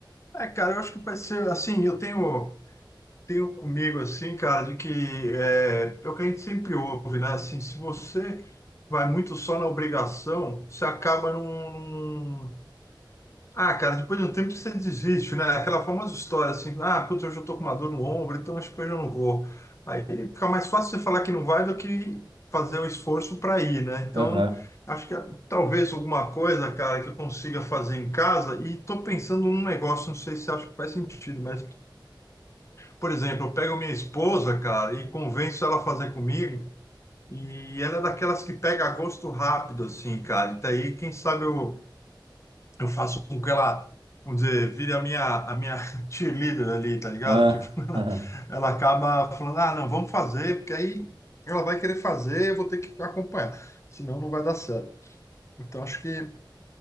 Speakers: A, on the left; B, on the right.
A: É, cara, eu acho que pode ser assim. Eu tenho. tenho comigo assim, cara, de que é, é o que a gente sempre ouve, né? Assim, se você vai muito só na obrigação, você acaba num, num- Ah, cara, depois de um tempo você desiste, né? Aquela famosa história assim, ah, putz, hoje eu tô com uma dor no ombro, então acho que hoje eu não vou. Aí fica mais fácil você falar que não vai do que fazer o esforço para ir, né? Então,
B: Aham.
A: acho que ah, talvez alguma coisa, cara, que eu consiga fazer em casa e tô pensando num negócio, não sei se acho que faz sentido, mas por exemplo, eu pego minha esposa, cara, e convenço ela a fazer comigo. E ela é daquelas que pega gosto rápido, assim, cara. E daí, quem sabe eu, eu faço com que ela, vamos dizer, vire a minha, a minha <laughs> cheerleader ali, tá ligado?
B: Ah,
A: Tipo, <laughs> ela,
B: <laughs> aham.
A: ela acaba falando, ah, não, vamos fazer, porque aí ela vai querer fazer, eu vou ter que acompanhar. Senão não vai dar certo. Então, acho que